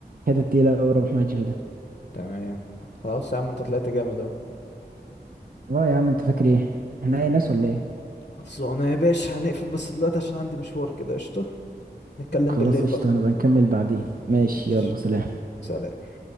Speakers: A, on the right (about 55°); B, on the left (about 45°).
A: حتة تقيلة أوي رابح ماجر ده
B: تمام خلاص يا عم انت طلعت جامد اهو
A: اه يا عم أنت فاكر إيه؟ إحنا
B: خل-
A: أي ناس ولا إيه؟
B: خلصونا يا باشا هنقفل بس دلوقتي عشان عندي مشوار كده قشطة نتكلم
A: خلاص
B: بالليل
A: قشطة
B: بقى
A: هنبقى نكمل بعدين ماشي
B: ماشي
A: يلا سلام
B: سلام